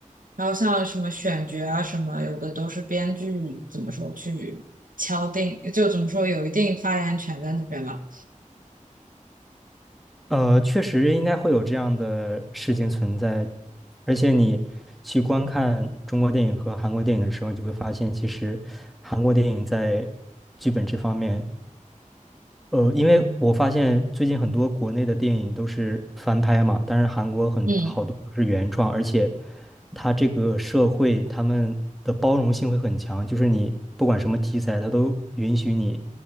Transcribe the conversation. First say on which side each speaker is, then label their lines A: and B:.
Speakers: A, on the right; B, in the centre.
A: 然后像什么选角啊什么，有的都是编剧怎么说去敲定，就怎么说有一定发言权在那边嘛。
B: 呃，确实应该会有这样的事情存在。而且你去观看中国电影和韩国电影的时候，你就会发现，其实韩国电影在剧本这方面呃，因为我发现最近很多国内的电影都是翻拍嘛，但是韩国很好多都是原创，
A: 嗯
B: 而且它这个社会他们的包容性会很强，就是你不管什么题材，它都允许你